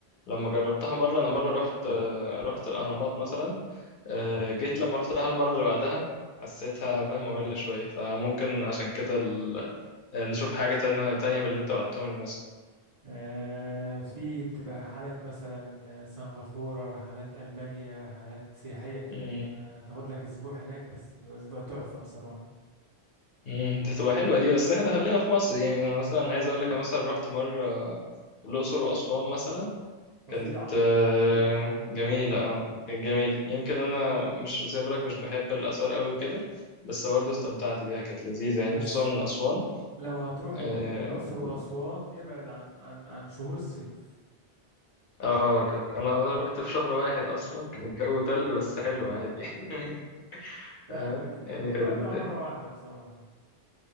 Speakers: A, on the left; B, on the right.
A: لما جربتها مره انا مره رحت آه، رحت الاهرامات مثلا آه، جيت لما رحتها المره اللي بعدها حسيتها فاهم ممله شويه فممكن عشان كده ال- نشوف حاجه تانية تانية من اللي انت بعتهم لي
B: آه، في بتبقى رحلات مثلا آه، سنغافورة رحلات ألمانيا رحلات سياحية كده
A: مثلا
B: بتبقى تاخد لك أسبوع هناك بس بيبقى أسبوع تحفة بصراحة
A: امم ده تبقى حلوه دي بس احنا خلينا في مصر يعني انا مثلا عايز اقول لك انا مثلا رحت مره الاقصر واسوان مثلا
B: فظيعة
A: كانت آه، جميله اه كانت جميله يمكن انا مش زي بقولك مش بحب الاثار قوي وكده بس برضه استمتعت بيها كانت لذيذه
B: بس
A: يعني خصوصا اسوان
B: لو هتروح الأقصر
A: اه
B: وأسوان ابعد عن عن عن شهور الصيف
A: آه، كانت انا رحت في شهر واحد اصلا كان الجو تلج بس حلو عادي <laughs>
B: لا
A: آه،
B: اماكن
A: يعني
B: حلوه
A: كانت
B: انا رحتها مره واحده بصراحه